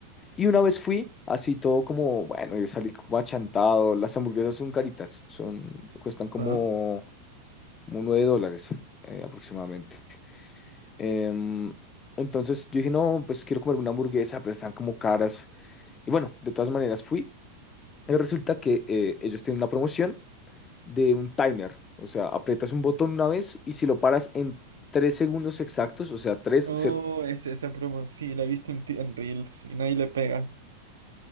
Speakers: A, on the left; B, on the right.
A: Y una vez fui, así todo como, bueno, yo salí como achantado. Las hamburguesas son caritas, son, cuestan
B: Ajá.
A: como, 9 dólares eh, aproximadamente. Em, entonces yo dije, no, pues quiero comer una hamburguesa, pero están como caras. Y bueno, de todas maneras fui. Y resulta que eh, ellos tienen una promoción de un timer. O sea, aprietas un botón una vez y si lo paras en 3 segundos exactos, o sea, tres
B: Oh, es- esa promo, sí, la viste en, ti- en Reels y nadie le pega.